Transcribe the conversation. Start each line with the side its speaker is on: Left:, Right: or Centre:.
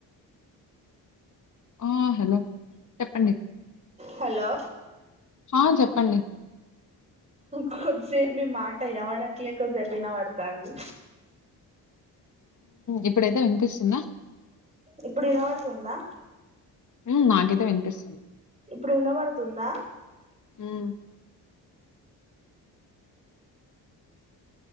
Left: ఆ హలో చెప్పండి
Right: హలో
Left: ఆ చెప్పండి
Right: కొద్దిసేపు మీ మాట వినపడట్లే కొద్దిసేపు ఇనపడతాంది
Left: ఇప్పుడైతే వినిపిస్తుందా
Right: ఇప్పుడు వినబడుతుందా
Left: హుమ్ నాకైతే వినిపిస్తుంది
Right: ఇప్పుడు వినబడుతుందా
Left: హ్మ్.